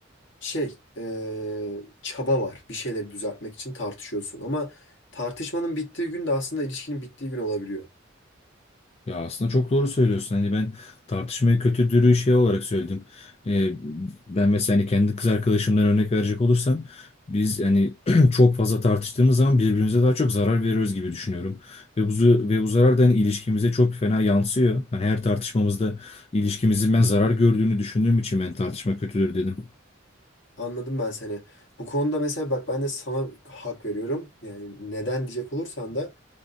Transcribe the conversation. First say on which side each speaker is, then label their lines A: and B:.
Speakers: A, on the left (about 65°); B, on the left (about 30°).
A: şey eee, çaba var. Bir şeyleri düzeltmek için tartışıyorsun. Ama tartışmanın bittiği gün de aslında ilişkinin bittiği gün olabiliyor.
B: Ya aslında çok doğru söylüyorsun. Hani ben tartışmayı kötü dürüyü şey olarak söyledim. Ee, ben mesela hani kendi kız arkadaşımdan örnek verecek olursam biz hani <clears throat> çok fazla tartıştığımız zaman birbirimize daha çok zarar veriyoruz gibi düşünüyorum. Ve bu, ve bu zarar da hani ilişkimize çok fena yansıyor. Hani her tartışmamızda ilişkimizin ben zarar gördüğünü düşündüğüm için ben tartışma kötüdür dedim.
A: Anladım ben seni. Bu konuda mesela bak ben de sana hak veriyorum. Yani neden diyecek olursan da